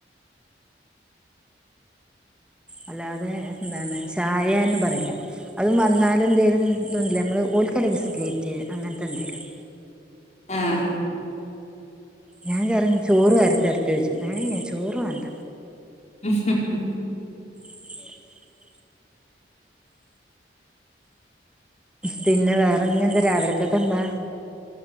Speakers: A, in the centre; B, on the left (about 40°).
A: അല്ലാതെ എന്താണ് ചായന്ന് പറയില്ല അത് വന്നാലെന്തേലും ഇതൊന്നില്ലേ നമ്മള് ഒരുഓൽക്ക് വല്ല ബിസ്കേറ്റ് അങ്ങനത്തെ എന്തേലും
B: ആഹ്
A: ഞാൻ പറിം ചോറ് വാത്തിരട്ടെയ്ച്ചും മ് ഹ് ചോറ് വേണ്ട
B: ഉം ഹ് ഹും
A: ഉം പിന്നെ വേറെഞ്ഞിന്താ രാവിലെക്കൊക്കെ എന്താ